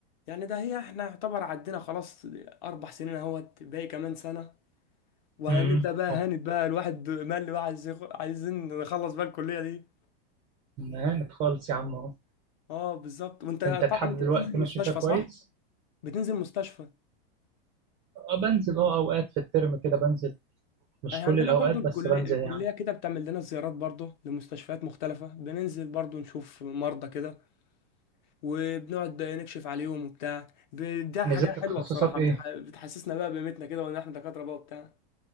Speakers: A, on the left (about 50°); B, on the right (about 20°).
A: يعني ده هي احنا يعتبر عدينا خلاص اربع سنين اهوت باقي كمان سنة وهنبدأ
B: أمم،
A: بقى
B: أه،
A: هانت بقى الواحد مال بقى عايز يخ- عايزين نخلص بقى الكلية دي
B: مهانة خالص يا عم
A: اه بالظبط وانت
B: انت لحد
A: طبعا انت
B: دلوقتي
A: بتنزل مستشفى
B: ماشي فيها كويس
A: صح؟ بتنزل مستشفى
B: اه بنزل اه اوقات في الترم كده بنزل مش
A: احنا
B: كل
A: عندنا
B: الاوقات
A: برضو الكلية
B: بس بنزل
A: الكلية
B: يعني
A: كده بتعمل لنا زيارات برضو لمستشفيات مختلفة بننزل برضو نشوف مرضى كده وبنقعد نكشف عليهم وبتاع ب- ده
B: نزلت
A: حاجة
B: تخصصات
A: حلوة بصراحة
B: ايه
A: بتح... بتحسسنا بقى بقيمتنا كده وان احنا دكاترة بقى وبتاع